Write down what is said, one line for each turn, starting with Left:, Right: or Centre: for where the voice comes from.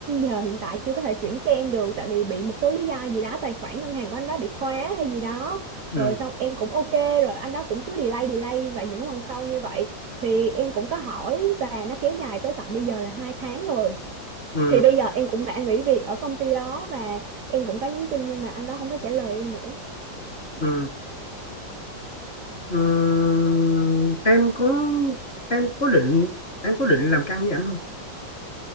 Right: giờ hiện tại chưa có thể chuyển cho em được tại vì bị một số lý do gì đó tài khoản ngân hàng của anh đó bị khóa hay gì đó
Left: Ừ,
Right: rồi xong em cũng ok rồi anh đó cũng cứ delay delay và những lần sau như vậy thì em cũng có hỏi và nó kéo dài tới tận bây giờ là hai tháng rồi
Left: ừ,
Right: thì bây giờ em cũng đã nghỉ việc ở công ty đó và em cũng có nhắn tin nhưng mà anh đó không có trả lời em nữa
Left: ừ, ừ. Em có, em có định, em có định làm căng với anh không?